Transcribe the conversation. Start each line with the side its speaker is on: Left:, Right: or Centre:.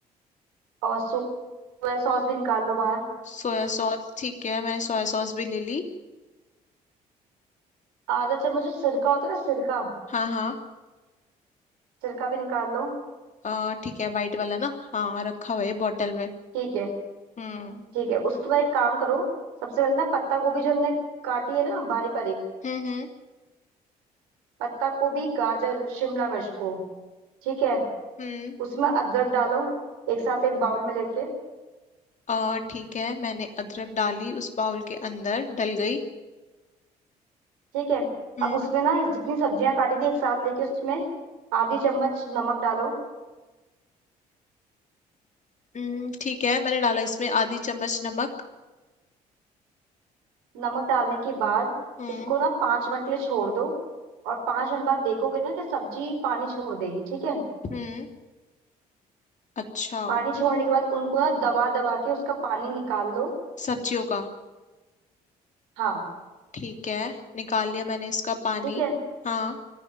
Right: और सोया सॉस भी निकाल लो बाहर
Left: सोया सॉस ठीक है मैंने सोया सॉस भी ले ली
Right: आधा चम्मच जो सिरका होता है ना सिरका
Left: हाँ हाँ
Right: सिरका भी निकाल लो
Left: अ, ठीक है वाइट वाला ना हाँ रखा हुआ है बॉटल में
Right: ठीक है
Left: हम्म
Right: ठीक है उसके बाद एक काम करो सबसे पहले ना पत्ता गोभी जो हमने काटी है ना बारीक बारीक
Left: हम्म हम्म
Right: पत्ता गोभी गाजर शिमला मिर्च को ठीक है
Left: हम्म,
Right: उसमें अदरक डालो एक साथ एक बाउल में लेके
Left: अ, ठीक है मैंने अदरक डाली उस बाउल के अंदर डल गई
Right: ठीक है
Left: हम्म
Right: अब उसमें ना जितनी सब्जियां काटी थी एक साथ लेके उसमें आधी चम्मच नमक डालो
Left: हम्म, ठीक है मैंने डाला इसमें आधी चम्मच नमक
Right: नमक डालने के बाद
Left: हम्म
Right: इसको ना पांच मिनट के लिए छोड़ दो और पांच मिनट बाद देखोगे ना कि सब्जी पानी छोड़ देगी ठीक है
Left: हम्म अच्छा
Right: पानी
Left: ठीक
Right: छोड़ने के बाद उनको ना दबा दबा के उसका पानी निकाल लो
Left: सब्जियों का
Right: हाँ
Left: ठीक है निकाल लिया मैंने इसका पानी
Right: ठीक है
Left: हाँ